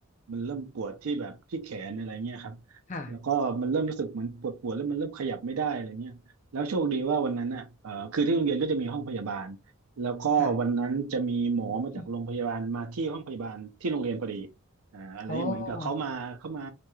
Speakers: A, on the right; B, on the left.
A: มันเริ่มปวดที่แบบที่แขนอะไรเงี้ยครับ
B: ค่ะ
A: แล้วก็มันเริ่มรู้สึกเหมือนปวดปวดแล้วมันเริ่มขยับไม่ได้อะไรเงี้ยแล้วโชคดีว่าวันนั้นอ่ะเอ่อคือที่โรงเรียนก็จะมีห้องพยาบาลแล้วก็วันนั้นจะมีหมอมาจากโรงพยาบาลมาที่ห้องพยาบาลที่โรงเรียนพอดี
B: ค่ะอืม
A: อ่าอะไรเงี้ยเหมือนกับเขามาเขามา
B: โอ้